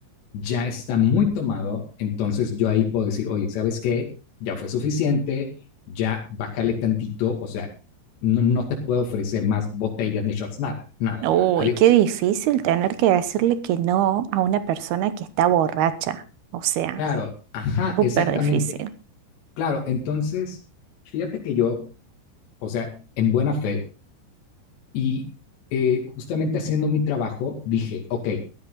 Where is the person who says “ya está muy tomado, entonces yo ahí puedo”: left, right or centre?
Left